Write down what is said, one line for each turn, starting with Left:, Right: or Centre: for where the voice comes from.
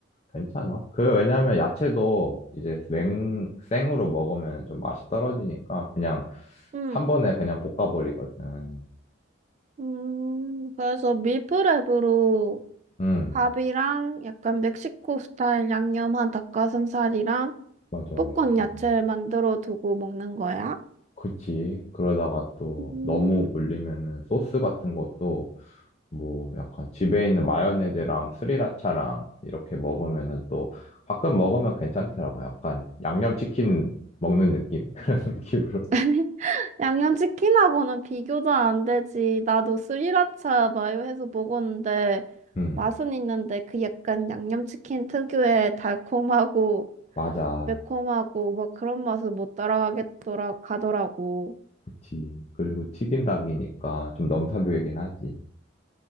Left: 괜찮아. 그 왜냐면 야채도 이제 생, 생으로 먹으면 좀 맛이 떨어지니까 그냥
Right: 음,
Left: 한 번에 그냥 볶아버리거든.
Right: 음, 그래서 밀프랩으로
Left: 음.
Right: 밥이랑 약간 멕시코 스타일 양념한 닭가슴살이랑
Left: 맞아.
Right: 볶은
Left: 야채.
Right: 야채를 만들어 두고 먹는 거야?
Left: 그치. 그러다가 또
Right: 음,
Left: 너무 물리면은 소스 같은 것도 뭐 약간 집에 있는 마요네즈랑 스리라차랑 이렇게 먹으면은 또 가끔 먹으면 괜찮더라고. 약간 양념치킨 먹는 느낌? <laughs> 그런 느낌으로.
Right: <laughs> 아니, 양념치킨하고는 비교도 안 되지. 나도 스리라차 마요 해서 먹었는데
Left: 응.
Right: 맛은 있는데 그 약간 양념치킨 특유의 달콤하고
Left: 맞아.
Right: 매콤하고 막 그런 맛을 못 따라가겠더라 가더라고.
Left: 그치. 그리고 튀긴 닭이니까 좀 넘사벽이긴 하지.